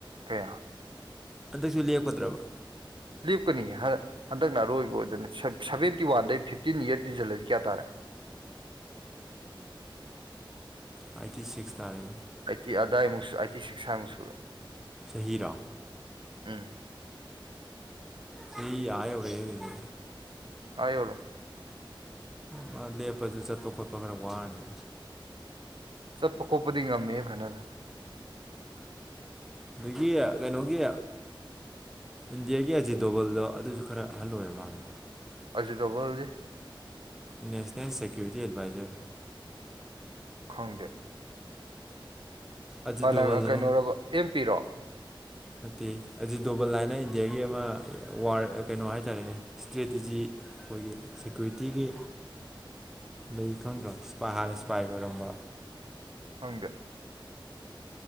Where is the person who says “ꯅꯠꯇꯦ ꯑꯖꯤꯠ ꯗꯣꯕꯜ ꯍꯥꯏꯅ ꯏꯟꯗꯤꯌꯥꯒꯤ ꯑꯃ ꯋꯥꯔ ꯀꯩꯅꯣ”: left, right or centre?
Centre